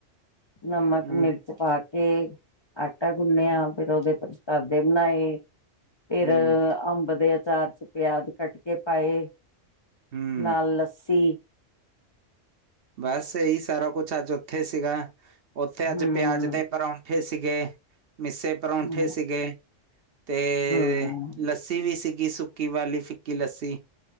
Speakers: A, on the left (about 35°); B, on the right (about 55°).
A: ਨਮਕ-ਮਿਰਚ।
B: ਹਮ
A: ਪਾ ਕੇ ਆਟਾ ਗੁੰਨਿਆ ਫੇਰ ਉਹਦੇ ਪ੍ਰਸ਼ਾਦੇ ਬਣਾਏ। ਫਿਰ
B: ਹਮ
A: ਅੰਬ ਦੇ ਅਚਾਰ ਚ ਪਿਆਜ਼ ਕੱਟ ਕੇ ਪਾਏ।
B: ਹਮ
A: ਨਾਲ ਲੱਸੀ।
B: ਬਸ ਇਹੀ ਸਾਰਾ ਕੁਛ ਅੱਜ ਉੱਥੇ ਸੀਗਾ ਉੱਥੇ ਅੱਜ
A: ਹੂੰ
B: ਪਿਆਜ ਦੇ ਪ੍ਰੋਂ ਠੇ ਸੀਗੇ ਮਿੱਸੇ ਪਰੌਂਠੇ
A: ਹੂੰ
B: ਸੀਗੇ ਤੇ
A: ਹੂੰ
B: ਲ ਲੱਸੀ ਵੀ ਸੀਗੀ ਸੁੱਕੀ ਵਾਲੀ ਫਿੱਕੀ-ਲੱਸੀ